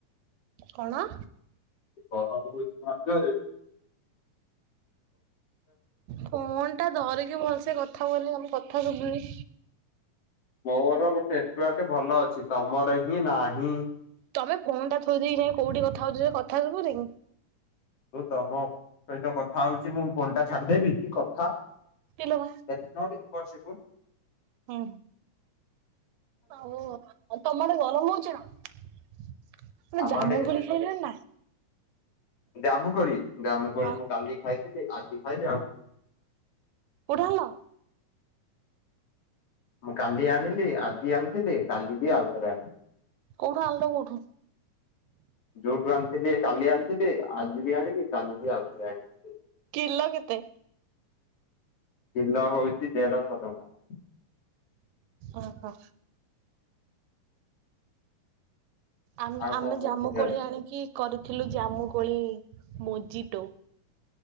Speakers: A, on the right (about 85°); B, on the left (about 45°).
A: କଣ?
B: ଗରମ ହଉଛି ଭାରି ଜୋରେ।
A: ଫୋନ ଟା ଧରିକି ଭଲସେ କଥା ହୁଅନି ତମ କଥା ଶୁଭୁନି।
B: ମୋର ନେଟ୍ ୱର୍କ ଭଲ ଅଛି ତମର ହିଁ ନାହିଁ।
A: ତମେ ଫୋନ ଟା ଥୋଇ ଦେଇକି ଯାଇ କୋଉଠି କଥା ହଉଛ ଯେ କଥା ଶୁଭୁନି।
B: ମୁ ତମ ସହିତ କଥା ହଉଛି ମୁଁ ଫୋନ ଟା ଛାଡିଦେବି କି କଥା।
A: ଇଲୋ ମା।
B: Is not impossible.
A: ହୁଁ ଆଉ ଉ ତମ ଆଡେ ଗରମ ହଉଛି ନା ଆନେ
B: ଆମ
A: ଜାମୁ
B: ଆଡେ ଏତେ
A: ଗୋଳି ଖାଇଲଣି ନା?
B: ଜାମୁ କୋଳି, ଜାମୁ କୋଳି
A: ହଁ
B: ମୁଁ କାଲି ଖାଇଥିଲି ଆଜି ଖାଇବି ଆଉ
A: କୋଉଠୁ ଆଣିଲ?
B: ମୁଁ କାଲି ଆଣିଲି ଆଜି ଆଣିଥିଲି କାଲି ବି ଆଉଥରେ ଆଣିବି।
A: କୋଉଠୁ ଆଣିଲ କୋଉଠୁ?
B: ଯୋଉଠୁ ଆଣିଥିଲି କାଲି ଆଣିଥିଲି ଆଜି ବି ଆଣିଲି କାଲି ବି ଆଉଥରେ ଆଣିବି।
A: କିଲ କେତେ?
B: କିଲ ହଉଛି ଦେଢଶହ ଟଙ୍କା
A: ଓହୋ ଆମେ
B: ଆଉ
A: ଆମେ
B: କଣ କୋଶ୍ଚିନ୍
A: ଜାମୁ କୋଳି
B: ଅଛି
A: ଆଣିକି କରିଥିଲୁ ଜାମୁ କୋଳି ମୋଜି ଟୁ।